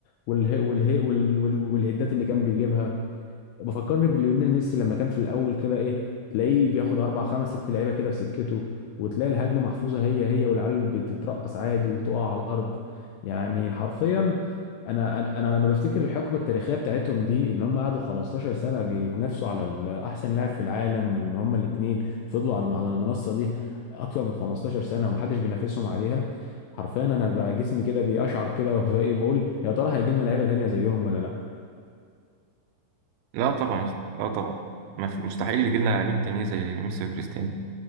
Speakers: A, on the left; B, on the right.
A: والهي والهي وال- وال- والهدات اللي كان بيجيبها بفكرني بليونيل ميسي لما كان في الاول كده ايه تلاقيه بياخد اربع خمس ست لعيبه كده في سكته وتلاقي الهجمه محفوظه هي هي والعيال بتترقص عادي وتقع على الارض يعني حرفيا انا انا أنا لما بفتكر الحقبه التاريخيه بتاعتهم دي ان هم قعدوا 15 سنه بيتنافسوا على ال- احسن لاعب في العالم وان هم الاثنين فضلوا على على المنصه دي اكتر من 15 سنه ومحدش بينافسهم عليها حرفيا انا بقى جسمي كده بيقشعر كده <laughs> وبقول يا ترى هيجي لنا لعيبه تانيه زيهم ولا لا
B: لا طبعا يا اسطى لا طبعا ما في مستحيل يجي لنا لاعبين تانيين زي ميسي وكريستيانو